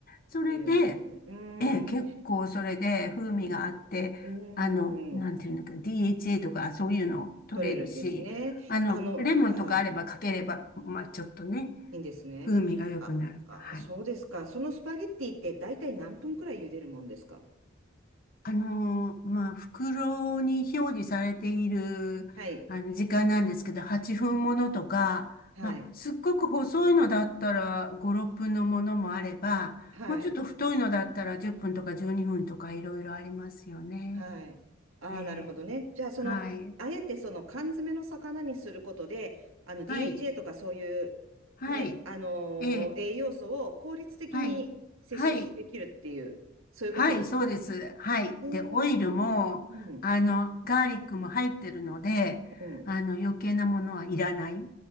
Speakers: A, on the left; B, on the right.
A: それで、
B: 入れるんですね。うーん、
A: ええ、結構それで風味があって、
B: 簡単。うー
A: あの、なんていうんだっけ、
B: ん、
A: DHA とかそういうの取れるし、
B: 取れるですね。
A: あの、
B: あの、
A: レモンとかあればかければ、
B: はい、
A: まあちょっとね、
B: いいんですね。
A: 風味が良くなる。
B: あ、あ、
A: はい。
B: そうですか。そのスパゲッティって大体何分くらい茹でるもんですか
A: あのーまあ袋に表示されている、
B: はい、
A: あの、時間なんですけど、8分ものとか、
B: はい、
A: まあ、すっごく細いのだったら5、6分のものもあれば、
B: はい。
A: もうちょっと太いのだったら10分とか12分とかいろいろありますよね。
B: はい。ああ、
A: ええ。
B: なるほどね。じゃあ、その、
A: はい。
B: あえてその缶詰の魚にすることで、あの、DHA
A: はい、
B: とかそういう、
A: はい、
B: ね、あのー栄養素を効率的に摂取できるっていう、
A: ええ、はい、はい、
B: そういうことですね。
A: はい、そうです。はい。
B: えー、
A: で、オイルも、
B: うん、
A: あの、ガーリックも入ってるので、
B: うん、うん、
A: あの、余計なものはいらないっ